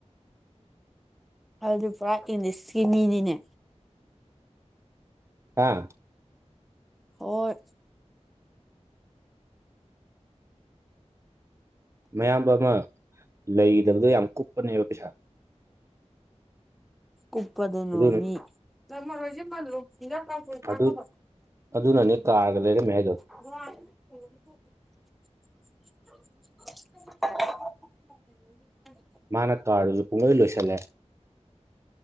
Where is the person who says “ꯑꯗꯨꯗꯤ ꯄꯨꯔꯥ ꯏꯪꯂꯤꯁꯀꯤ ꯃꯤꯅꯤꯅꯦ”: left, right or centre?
Centre